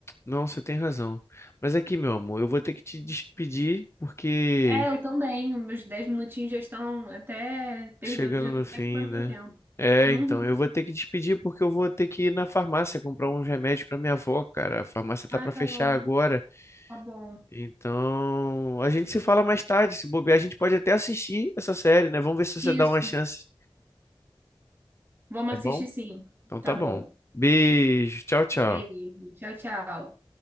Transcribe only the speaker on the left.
Não, você tem razão. Mas aqui, meu amor, eu vou ter que te despedir porque
Chegando
no
fim,
né?
É,
então, eu vou ter que despedir porque eu vou ter que ir na farmácia comprar uns remédios pra minha avó, cara. A farmácia tá
pra
fechar
agora.
Então, a gente se fala mais tarde. Se bobear, a gente pode até assistir essa série, né? Vamos ver se você
dá uma chance,
tá bom?
Então
tá
bom. Beijo, tchau, tchau.